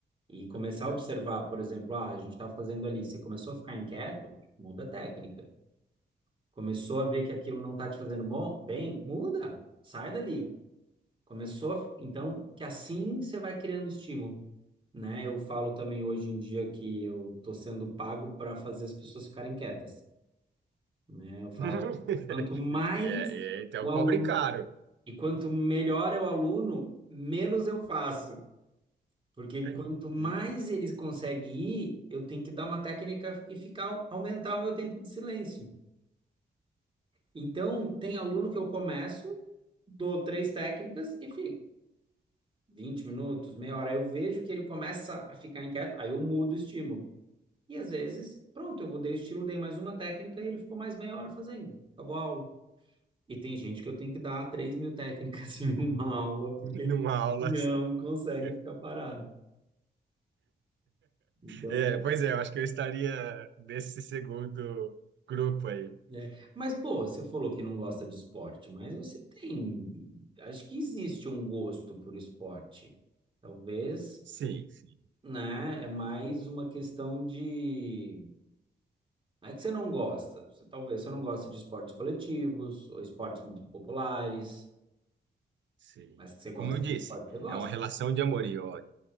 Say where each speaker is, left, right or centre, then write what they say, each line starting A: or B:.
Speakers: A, on the right; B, on the right.
A: E começar
B: aplicaste.
A: a observar, por exemplo, ah, a gente está fazendo ali, você começou a ficar inquieto, muda a técnica. Começou a ver que aquilo não está te fazendo bom, bem, muda, sai dali. Começou, a- então, que assim você vai criando estímulo, né? Eu falo também hoje em dia que eu estou sendo pago para fazer as pessoas ficarem quietas, né? Eu falo,
B: <laughs>
A: quanto mais
B: E é, é- então
A: o
B: cobre
A: aluno,
B: caro
A: e quanto melhor é o aluno, menos eu faço. Porque
B: <laughs>
A: quanto mais eles conseguem ir, eu tenho que dar uma técnica e ficar aumentar o meu tempo de silêncio. Então, tem aluno que eu começo, dou três técnicas e fico 20 minutos, meia hora. Eu vejo que ele começa a ficar inquieto, aí eu mudo o estímulo. E às vezes, pronto, eu mudei o estilo, dei mais uma técnica e ele ficou mais meia hora fazendo. Acabou a aula. E tem gente que eu tenho que dar 3 mil técnicas <laughs> em uma aula, porque
B: numa aula
A: não
B: só.
A: consegue
B: <laughs>
A: ficar parado. Então,
B: É, pois é, eu acho que eu estaria nesse segundo grupo aí.
A: É, Mas, pô, você falou que não gosta de esporte, mas você tem. Acho que existe um gosto por esporte. Talvez,
B: Sim, sim,
A: né? É mais uma questão de. Não é que você não gosta. Você, talvez você não gosta de esportes coletivos ou esportes muito populares,
B: sim.
A: mas que você gosta
B: Como eu disse,
A: de esporte, você gosta.
B: é uma relação de amor e ódio.